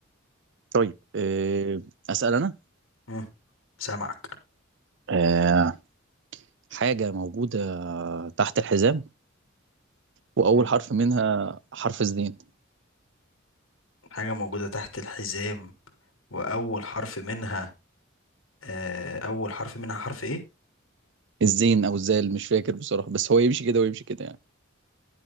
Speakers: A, on the right; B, on the left.
A: طيب آه، اسال انا
B: مم، سامعك
A: آه، حاجه موجوده تحت الحزام واول
B: مم.
A: حرف منها حرف الزين
B: حاجة موجودة تحت الحزام وأول حرف منها آه، أول حرف منها حرف إيه؟
A: الزين او الزال مش فاكر بصراحه بس هو يمشي كده ويمشي كده يعني